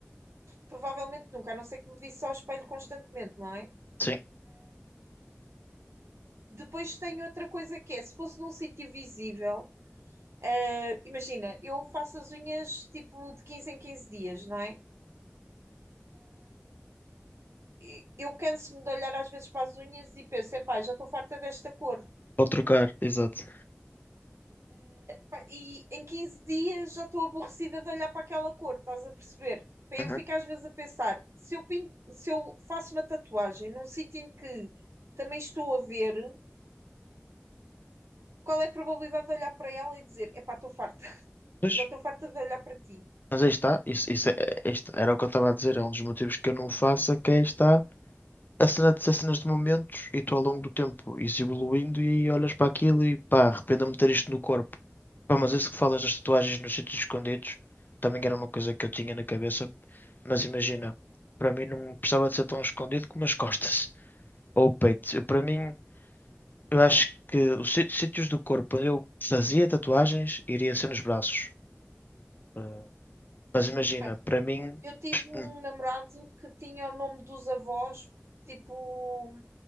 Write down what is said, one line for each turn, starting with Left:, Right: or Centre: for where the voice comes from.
Right: provavelmente nunca, a não ser que me visse ao espelho constantemente, não é?
Left: Sim,
Right: Depois tenho outra coisa que é, se fosse num sítio visível, eh, imagina, eu faço as unhas tipo de 15 em 15 dias, não é? E Eu canso-me de olhar às vezes para as unhas e penso, epá, já estou farta desta cor.
Left: pode trocar. Exato.
Right: Pá, E em 15 dias já estou aborrecida de olhar para aquela cor, estás a perceber? Pá, eu
Left: Uhum.
Right: fico às vezes a pensar, se eu, pin- se eu faço uma tatuagem num sítio em que também estou a ver, qual é a probabilidade de olhar para ela e dizer, epá, estou farta, <laughs>
Left: Pois,
Right: já estou farta de olhar para ti.
Left: mas aí está. Isso, isso é, é- isto era o que eu estava a dizer. É um dos motivos que eu não faço, é que aí está. a cena de ser cenas de momentos e tu ao longo do tempo ires evoluindo e olhas para aquilo e pá, arrependo-me de ter isto no corpo. Pá, mas isso que falas das tatuagens nos sítios escondidos também era uma coisa que eu tinha na cabeça, mas imagina, para mim não precisava de ser tão escondido como as costas <laughs> ou o peito. Eu, para mim, eu acho que os sí- sítios do corpo onde eu fazia tatuagens iria ser nos braços. Ah, mas imagina,
Right: Bem,
Left: para mim,
Right: Eu tive
Left: <sniffs>
Right: um
Left: <tsk>
Right: namorado que tinha o nome dos avós, tipo,